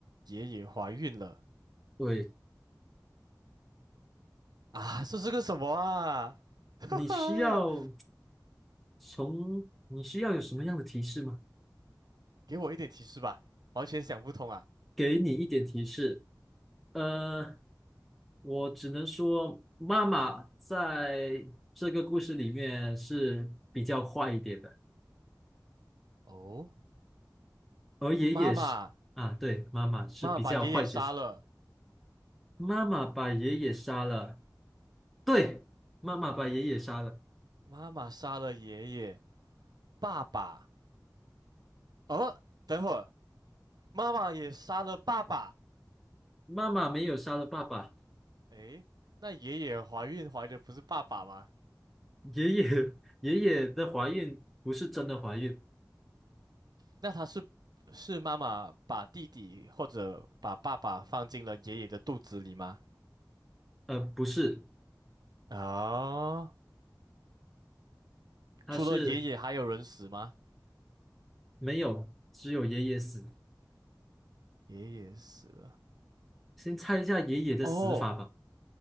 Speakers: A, on the right; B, in the centre.
A: 爷爷怀孕了
B: 对，
A: 啊！这是个什么啊？<laughs> 哈哈，
B: 你需要从你需要有什么样的提示吗？
A: 给我一点提示吧，完全想不通啊。
B: 给你一点提示。呃，我只能说，妈妈在这个故事里面是比较坏一点的。
A: 哦，
B: 而爷爷是啊，
A: 妈妈，
B: 对，妈妈是比较坏角色。
A: 妈妈把爷爷杀了，
B: 妈妈把爷爷杀了，对，妈妈把爷爷杀了。
A: 妈妈杀了爷爷，爸爸。哦，等会儿，妈妈也杀了爸爸。
B: 妈妈没有杀了爸爸，
A: 诶，那爷爷怀孕怀的不是爸爸吗？
B: 爷爷 <laughs> 爷爷的怀孕不是真的怀孕，
A: 那他是是妈妈把弟弟或者把爸爸放进了爷爷的肚子里吗？
B: 呃，不是，
A: 啊、
B: 他是
A: 除了爷爷还有人死吗？
B: 没有，只有爷爷死。
A: 爷爷死了。
B: 先猜一下爷爷的死法吧。
A: 哦，